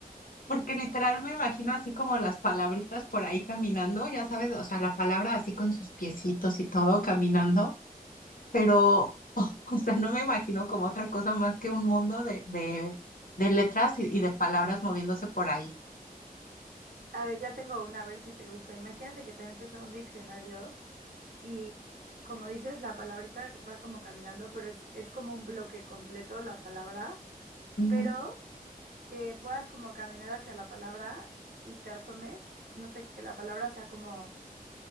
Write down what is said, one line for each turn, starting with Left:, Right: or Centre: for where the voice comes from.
Left: Porque literal me imagino así como las palabritas por ahí caminando, ya sabes, o sea, la palabra así con sus piecitos y todo caminando, pero, o sea, no me imagino como otra cosa más que un mundo de, de, de letras y, y de palabras moviéndose por ahí.
Right: A ver, ya tengo una, a ver si te gusta. Imagínate que te metes a un diccionario y, como dices, la palabrita va como caminando, pero es, es como un bloque completo la palabra,
Left: Ujú.
Right: pero que puedas como caminar hacia la palabra y te asomes, no sé, que la palabra sea como